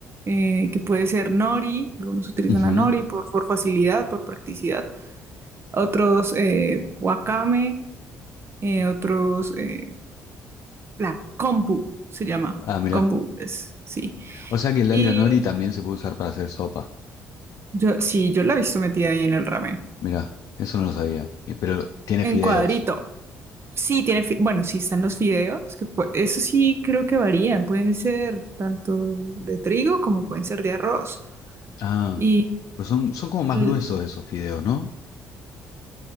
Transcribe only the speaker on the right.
eh, que puede ser nori. Algunos utilizan
la nori por, por facilidad, por practicidad. Otros eh, wakame, eh, otros eh, la kombu se llama.
Kombu es, sí.
Y
yo, sí, yo la he visto metida ahí en el ramen.
En
cuadrito. Sí, tiene, fi- bueno, sí están los fideos, que pu- eso sí creo que varían, pueden ser tanto de trigo como pueden ser de arroz.
Y
l-